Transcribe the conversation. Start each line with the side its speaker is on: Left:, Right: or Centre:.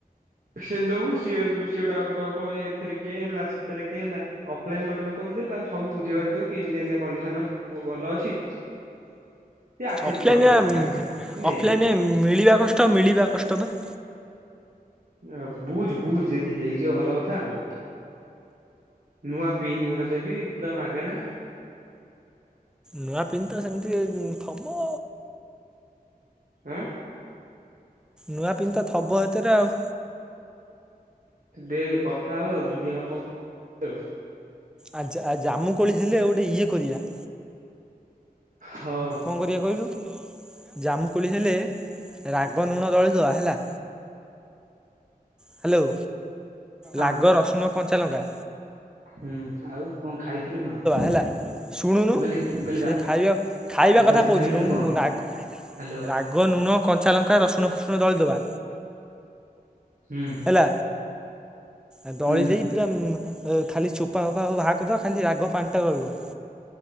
Right: ସେ ନବୁ ସିଏ ବି ସିଏ ଗୋଟା କଥା କହିବ କହିବ ଏଥିରେ କେଁ ହେଲା ସେଥିରେ କେଁ ହେଲା। ଅଫଲାଇନ ଗୋଟେ ଲୋକ ଦେଇଥିଲେ ତାକୁ ସବୁ ବୁଝେଇ ବାଝେଇ ଦବୁ କି ଏମିତି ଏମିତିଆ କଣ୍ଡିସନ ଅଛି ସବୁ ଭଲ ଅଛି। ସିଏ ଆକ୍ସେପ୍ଟ
Centre: ଅଫଲାଇନ
Right: କରିଦବ
Centre: ପା ମି
Right: ସାଙ୍ଗେ ସାଙ୍ଗେ ସେ ନେଇଯିବ
Centre: ଅଫଲାଇନ ମି ମିଳିବା କଷ୍ଟ ମିଳିବା କଷ୍ଟ ବା।
Right: ଏ ବୁଝୁ ବୁଝୁ ଯଦି ହେଇଯିବ ଭଲ କଥା ଆଉ କ। ନୂଆ ପିଇନି ଗୋଟେ ଦେବି ପୁରା ମାଗେଣା।
Centre: ନୂଆ ପିନ୍ ତ ସେମିତି ଉଁ ଥବ।
Right: ଆଁ।
Centre: ନୂଆ ପିନ୍ ତ ଥବ ସେଥିରେ ଆଉ।
Right: ତୁ ଦେଖେ କଥା ହ ଯଦି ହବ ଆଉ।
Centre: ଆ ଜା ଆ ଜାମୁ କୋଳି ହେଲେ ଗୋଟେ ଇଏ କରିଆ।
Right: ହଉ।
Centre: କଣ କରିଆ କଇଲୁ ଜାମୁକୋଳି ହେଲେ ରାଗ ନୁଣ ଦଳିଦବା ହେଲା ହ୍ୟାଲୋ
Right: ହଁ।
Centre: ଲାଗ ରସୁଣ, କଞ୍ଚାଲଙ୍କା
Right: ହୁଁ ଆଉ କଣ ଖାଇଥିଲୁ କଣ?
Centre: ହେଲା ଶୁଣୁନୁ
Right: ମୁଁ କହିଲି ମୁଁ କହିଲି
Centre: ସେ ଖାଇବା ଖାଇବା
Right: ଗାଧୁଆଳେ
Centre: କଥା କହୁଚି
Right: ଖାଇଥିଲୁ
Centre: ରଉନୁ‌
Right: କଣ?
Centre: ନାଗ୍
Right: ହ୍ୟାଲୋ।
Centre: ରାଗ ନୁଣ, କଞ୍ଚାଲଙ୍କା, ରସୁଣ ଫୁସୁଣ ଦଳିଦବା
Right: ହୁଁ
Centre: ହେଲା ଆ ଦଳି
Right: ହୁଁ
Centre: ଦେଇ ପୁରା ଉମ୍ ଏ ଖାଲି ଛୋପା ଫୋପା ସବୁ ବାହାର କରିଦେବା ଖାଲି ରାଗ ପାଣ୍ଟା ରହିବ।